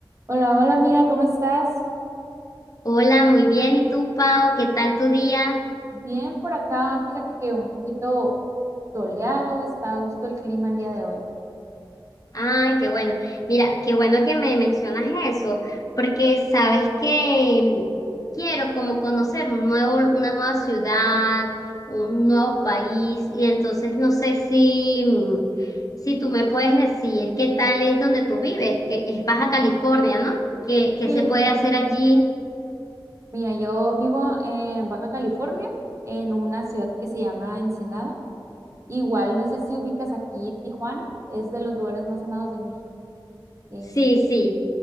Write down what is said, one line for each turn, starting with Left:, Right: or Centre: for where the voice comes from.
Right: Hola, hola amiga, ¿cómo estás?
Left: Hola, muy bien. ¿Y tú, Pau? ¿Qué tal tu día?
Right: Bien por acá, fíjate que un poquito soleado, está a gusto el clima el día de hoy.
Left: Ay, qué bueno. Mira, qué bueno que me mencionas eso, porque sabes que mm, quiero como conocer un nuevo, una nueva ciudad, un nuevo país, y entonces no sé si, mm, si tú me puedes decir qué tal es donde tú vives, que es Baja California, ¿no? ¿Qué, qué
Right: Sí.
Left: se puede hacer allí?
Right: Mira, yo vivo en Baja California, en una ciudad que se llama Ensenada. Igual, no sé si ubicas aquí Tijuana, es de los lugares más sonados de México. Este,
Left: Sí, sí,